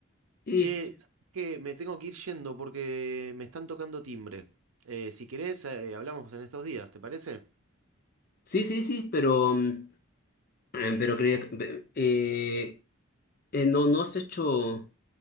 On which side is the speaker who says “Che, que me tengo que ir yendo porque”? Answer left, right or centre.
Right